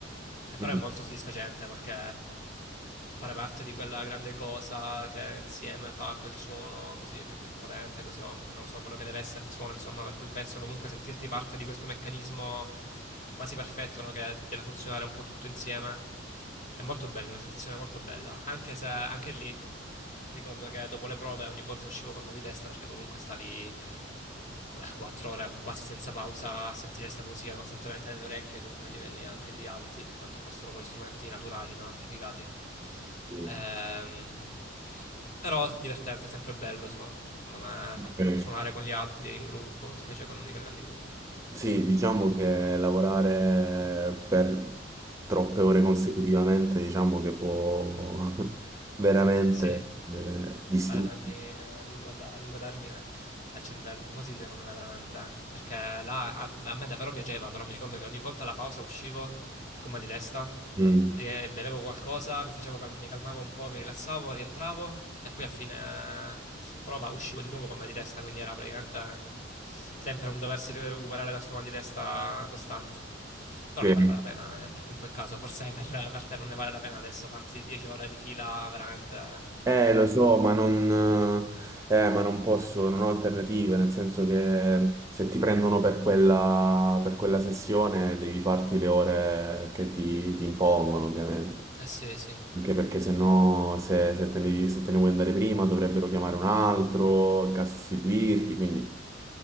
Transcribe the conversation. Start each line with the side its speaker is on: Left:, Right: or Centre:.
Left: Eh, Però
Right: Mm.
Left: è molto soddisfacente perché fare parte di quella grande cosa che insieme fa quel suono così potente, così o non lo so, quello che deve essere il suono, insomma, per quel pezzo, comunque sentirti parte di questo meccanismo quasi perfetto, no? che deve funzionare un po' tutto insieme. È molto bello, una sensazione molto bella, anche se anche lì Ricordo che dopo le prove ogni volta uscivo col mal di testa perché comunque stavi 4 ore quasi senza pausa a sentire questa musica costantemente nelle orecchie, comunque a livelli anche lì alti, per quanto fossero poi strumenti naturali, non amplificati.
Right: Sì.
Left: Ehm, però divertente, sempre bello secondo me
Right: Ok.
Left: far- suonare con gli altri in gruppo, specie con i grandi gruppi.
Right: Sì, diciamo che lavorare per troppe ore consecutivamente, diciamo che può <laughs> veramente
Left: Sì.
Right: eh, distruggere.
Left: fare danni eh, a lungo, and- a lungo termine al cervello. Un po' sì, secondo me, veramente. eh. Perché là a, a me davvero piaceva, però mi ricordo che ogni volta alla pausa uscivo con mal di testa,
Right: Mm.
Left: rie- bevevo qualcosa, mi, facevo cal- mi calmavo un po', mi rilassavo, rientravo e poi a fine eh, prova uscivo di nuovo con mal di testa, quindi era praticamente sempre un doversi recuperare da sto mal di testa costante. Però
Right: Sì.
Left: ne valeva la pena eh, per in quel caso, forse per, per te non ne vale la pena adesso farti 10 ore di fila veramente.
Right: Eh, lo so, ma non, eh, eh, ma non posso, non ho alternative, nel senso che se ti prendono per quella, per quella sessione devi farti le ore che ti, ti impongono, ovviamente.
Left: Eh sì, sì.
Right: Anche perché se no, se, se te ne, se te ne vuoi andare prima, dovrebbero chiamare un altro che a sostituirti, quindi